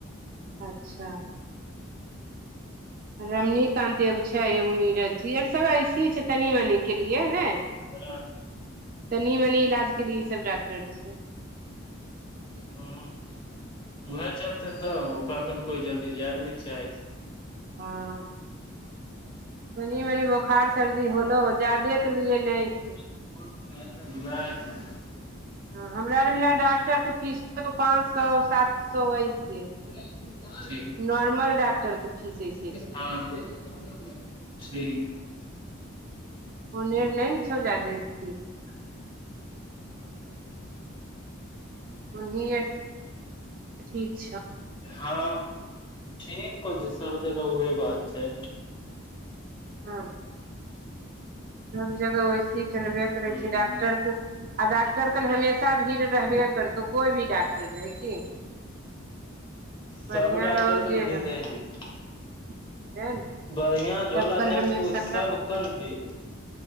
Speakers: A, on the right; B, on the left.
A: अच्छा
B: <inaudible>
A: रमणीकान्त एगो छै एगो नीरज जी आर सभ ऐसहि छै तनी मनी के लिए नय
B: राह <unintelligible>
A: तनी मनी इलाज के लिए ई सब डाक्टर छै
B: हुँ उहे चलते तब ओकरा कन कोइ जल्दी जाय ले नय चाहै छै <inaudible>
A: हँ तनी मनी बोखार सर्दी होलौ जादे के लिए नय छै।
B: <unintelligible> नय नय
A: हँ हमरा रहय डाक्टरके फीस पाँच सौ सात सौ ऐसे
B: ठीक <unintelligible>
A: नॉर्मल डॉक्टर के फीस ऐसे छै
B: हँ ठीक
A: ओने नै ने छौ जादे फीस
B: <inaudible> <inaudible>
A: ओनहिये ठीक छौ
B: हँ ठीक कोन छै सब जगह उहे बात छै।
A: हँ सब जगह वैसीही चलबे करै
B: ह
A: छै डाक डक्टरके आ डाक्टर कन हमेशा भीड़ रहबे करतौ कोइ भी डाक्टर रहै की
B: सब
A: बढ़ियां
B: डाक्टर
A: रहौ
B: कऽ
A: जे
B: नऽ भीड़
A: रहौ
B: रहै छै तऽ
A: बुझलियै ने
B: बढ़िया झोला
A: सब कन
B: छपकू
A: हमेशा
B: सब
A: तब
B: कन भीड़